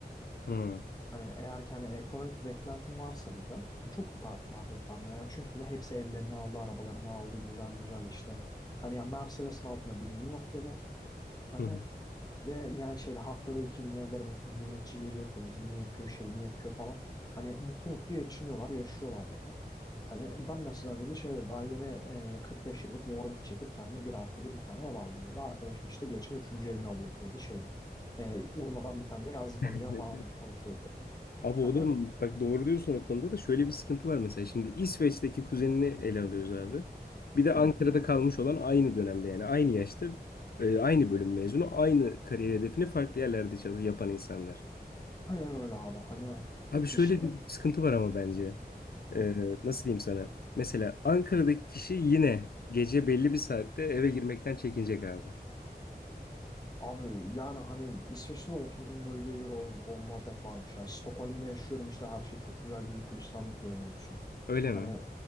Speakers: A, on the left; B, on the left.
A: Hı hı.
B: Hani eğer ki hani ekonomik bir beklentim varsa dedi çok yukarıdılar dedi benden. Yani çünkü de hepsi evlerini aldı, arabalarını aldı güzel güzel işte. Hani ya Mercedes'in altına bineni yok dedi. Hani
A: Hı
B: ve yani şeyde haftada iki gün evlerine te- hizmetçi geliyor, temizliğini yapıyor, şeyini yapıyor falan. Hani mutlu mutlu geçiniyorlar, yaşıyorlardı da. Hani ben mesela dedi şeyde daha yeni e, 45 yıllık mortgage çekip kendime bir artı bir bir tane ev aldım dedi. Arkadaşım işte geçen üçüncü evini alıyordu dedi şeyde. E, Urla'dan bir tane de yazlık
A: hı.
B: alacağım falan deyip
A: <laughs>
B: konuşuyordu dedi.
A: Abi o
B: Hani
A: da mı? bak doğru diyorsun o konuda da şöyle bir sıkıntı var mesela. Şimdi İsveç'teki kuzenini ele alıyoruz abi. Bir de Ankara'da
B: evet.
A: kalmış olan aynı dönemde yani aynı yaşta e, aynı bölüm mezunu aynı kariyer hedefini farklı yerlerde çalış yapan insanlar.
B: Aynen öyle abi. Hani
A: Abi şöyle
B: işte
A: bir sıkıntı var ama bence. E,
B: hı,
A: nasıl diyeyim sana? Mesela Ankara'daki kişi yine gece belli bir saatte eve girmekten çekinecek abi.
B: abi yani hani İsveç'te de oturduğum bölgeye göre o, o muhabbet varmış ya. Stockholm'de yaşıyorum işte her şey çok güzel güllük gülistanlık diyemiyorum
A: Öyle mi?
B: Hani